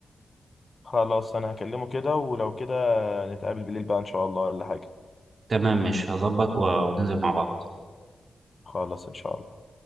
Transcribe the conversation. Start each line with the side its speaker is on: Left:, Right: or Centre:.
Left: خلاص انا هكلمه كده ولو كده نتقابل بالليل بقى ان شاء الله ولا حاجة
Right: تمام مش هظبط و- وننزل مع بعض
Left: خلاص ان شاء الله